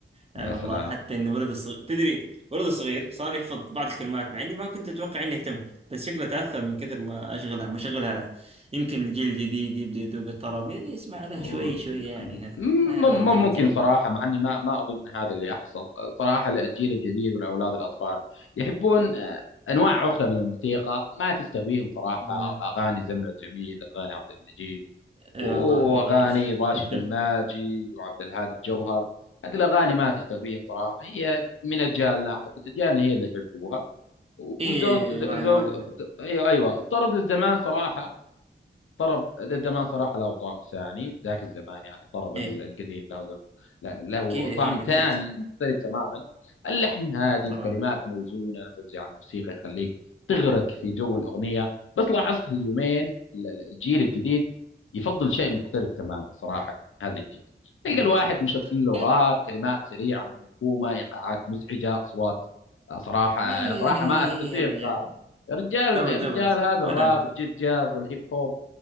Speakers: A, on the right; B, on the left.
A: يعني
B: يا سلام
A: والله حتى انه ولد الصغير تدري ولد الصغير صار يحفظ بعض الكلمات مع اني ما كنت اتوقع اني اهتم بس شكله تاثر من كثر ما اشغلها ما شغلها يمكن الجيل الجديد يبدا يذوق الطرب يعني يسمع لها
B: و-
A: شوي
B: م-
A: شوي يعني
B: م-
A: آه أغاني تمانجين
B: ممكن صراحة مع أني ما ما أظن هذا اللي يحصل صراحة الجيل الجديد والأولاد الأطفال يحبون آه، أنواع أخرى من الموسيقى ما تستهويهم صراحة
A: مم.
B: أغاني زمن الجميل أغاني عبد المجيد وأغاني
A: إيه والله إيه
B: راشد
A: <laughs>
B: الماجد وعبد الهادي الجوهر هذه الأغاني ما تستهويهم صراحة هي من أجيالنا أعتقد أجيالنا هي اللي يحبوها وذوق
A: إيه
B: ذوق
A: مع
B: ذوق-
A: ما
B: أيوه أيوه الطرب ذا الزمان صراحة طرب زمان صراحة له طعم ثاني ذاك الزمان يعني الطرب
A: إيه
B: ال- القديم له لا- له
A: أكيد أكيد
B: طعم
A: أكيد
B: ثاني ومختلف تماما اللحن هادي
A: طبعا
B: الكلمات موزونة توزيع الموسيقى يخليك تغرق في جو الأغنية بس لاحظت اليومين ال- ال- الجيل الجديد يفضل شيء مختلف تماما صراحة يعني هذا الجيل تلقى
A: إيه
B: الواحد مشغل له
A: إيه
B: راب كلمات سريعة منكومة إيقاعات مزعجة أصوات آه، صراحة
A: إيه
B: أنا صراحة
A: إيه
B: ما
A: إيه
B: أستسيغ
A: يا رجال
B: آه، يا رجال
A: أبد
B: يا رجال
A: أبد
B: هذا
A: ولا
B: الراب
A: أنا
B: الجيت جاز والهيب هوب